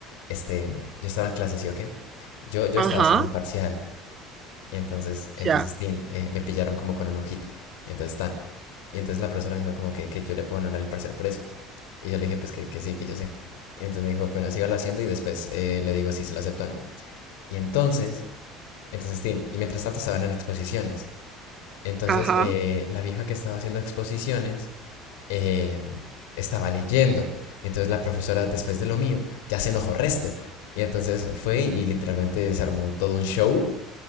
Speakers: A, on the left; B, on the right.
A: Este, yo estaba en clase, ¿sí o qué? Yo, yo
B: Ajá,
A: estaba haciendo un parcial, y entonces, entonces,
B: ya.
A: tin, eh, me pillaron como con una hojita. Y entonces, tan. Y entonces la profesora me dijo como que, que yo le puedo anular el parcial por eso. Y yo le dije, pues que, que sí, que yo sé. Y entonces me dijo, bueno, sígalo haciendo y después eh, le digo si se lo acepto o no. Y entonces, entonces, Tin, y mientras tanto estaban en exposiciones. Entonces,
B: Ajá,
A: eh, la vieja que estaba haciendo exposiciones em, estaba leyendo. Y entonces la profesora, después de lo mío, ya se enojó resto. Y entonces fue y literalmente se armó todo un show